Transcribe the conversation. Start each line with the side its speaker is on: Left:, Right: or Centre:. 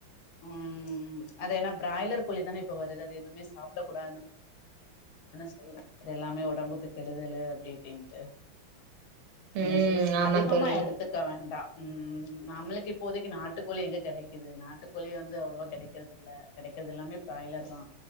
Left: உம் அது ஏனா பிராய்லர் கோழிதான இப்ப வருது அது எதுமே சாப்பிட கூடாது பண்ண சொல்றே அது எல்லாமே உடம்புக்கு கெடுதலு அப்டி இப்டின்ட்டு என்ன
Right: ம்
Left: ரிஸ்க்
Right: ஆமா தோழி.
Left: எடுத்துக்க வேண்டா ம் நம்மளுக்கு இப்போதைக்கு நாட்டுக்கோழி எங்க கிடைக்குது நாட்டு கோழியு வந்து அவ்வளவா கிடைக்கிறதில்ல கிடைக்கறது எல்லாமே பிராய்லர் தா